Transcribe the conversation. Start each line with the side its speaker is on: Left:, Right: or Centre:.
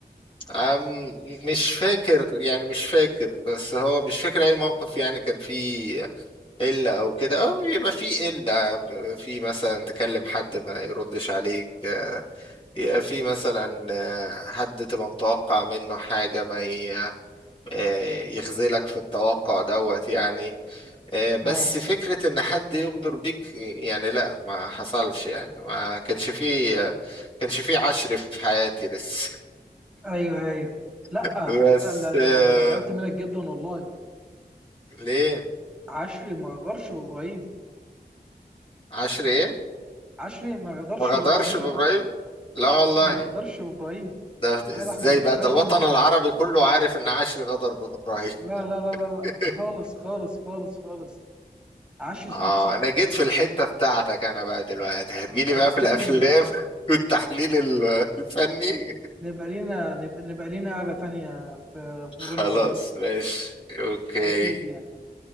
Left: أم مش فاكر يعني مش فاكر بس هو مش فاكر اي موقف يعني كان فيه قلة أو كده أو بيبقى في قلة بيبقى في مثلا تكلم حد ما يردش عليك آه، يبقى في مثلا آه، حد تبقى متوقع منه حاجة ما ي- آه، يخذلك في التوقع دوت يعني آه، بس
Centre: اه
Left: فكرة إن حد يغدر بيك يعني لا ما حصلش يعني ما كانش فيه آه، كانش فيه عشر في حياتي لسه
Centre: ايوه ايوه لا
Left: <laughs> بس
Centre: لا لا ده
Left: آه،
Centre: انا ده انا زعلت منك جدا والله
Left: ليه
Centre: عشري ما غدرش بابراهيم
Left: عشر إيه
Centre: عشري ما غدرش
Left: ما غدرش
Centre: بابراهيم
Left: بإبراهيم لا
Centre: عشري
Left: والله
Centre: ما غدرش بابراهيم
Left: ده ازاي
Centre: لا لا احنا بنتكلم
Left: بقى ده الوطن العربي كله عارف ان عاشر غدر بإبراهيم
Centre: لا لا لا لا لا
Left: <laughs>
Centre: خالص خالص خالص خالص عشري
Left: اه
Centre: صاحب صاحبه
Left: انا جيت في الحتة بتاعتك انا بقى دلوقتي هتجيلي
Centre: لا
Left: بقى
Centre: نتكلم
Left: في الافلام <laughs> والتحليل ال- الفني
Centre: نبقى لينا نبقى, نبقى لينا قعدة تانية في في
Left: خلاص
Centre: ابراهيم الابيض
Left: ماشي اوكي
Centre: ده اكيد يعني